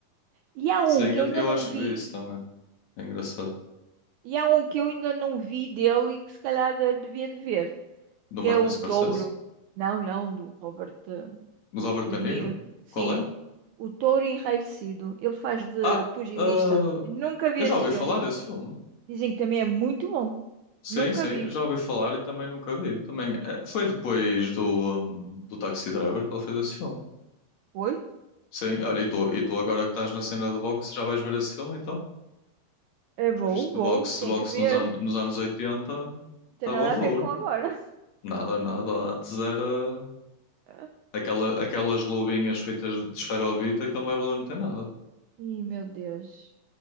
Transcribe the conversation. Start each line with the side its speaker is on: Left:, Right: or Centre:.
Right: E há
Left: Sim,
Right: um que
Left: eu,
Right: eu ainda
Left: eu
Right: não
Left: acho
Right: vi,
Left: que vi isso também. É engraçado.
Right: e há um que eu ainda não vi dele e que se calhar eh, devia de ver,
Left: Do
Right: que
Left: Martin
Right: é o
Left: Scorsese?
Right: Touro. Não, não, do Robert eh,
Left: Do Robert
Right: De
Left: De
Right: Niro.
Left: Niro?
Right: Sim,
Left: Qual é?
Right: o Touro Enraivecido. Ele faz de
Left: Ah,
Right: pugilista.
Left: ah,
Right: Eu Nunca vi
Left: eu
Right: esse
Left: já ouvi
Right: filme.
Left: falar desse filme.
Right: Dizem que também é muito bom.
Left: Sim,
Right: Nunca
Left: sim,
Right: vi.
Left: já ouvi falar e também nunca vi. Também eh, foi depois do, hum, do Taxi Driver que ele fez esse filme.
Right: foi
Left: Sim, olha, e tu, e tu agora que estás na cena do boxe já vais ver esse filme então?
Right: É bom,
Left: Porque isto
Right: bom,
Left: de boxe,
Right: tem
Left: boxe
Right: que ver.
Left: nos, an
Right: Não
Left: nos anos 80 estava
Right: tem nada
Left: horror.
Right: a ver com agora.
Left: Nada, nada. Antes era
Right: <laughs>
Left: aquela, aquelas luvinhas feitas de esferovite, aquele mais valeu não tem nada.
Right: Ih, meu Deus.